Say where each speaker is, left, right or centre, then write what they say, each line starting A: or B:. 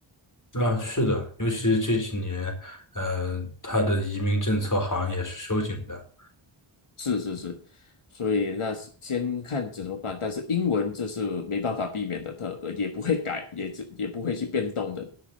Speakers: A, on the left; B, on the left.
A: 啊，是的，尤其是这几年，呃，他的移民政策好像也是收紧的。
B: 是是是，所以那是先看怎么办。但是英文这是没办法避免的，它呃也不会改，也只也不会去变动的，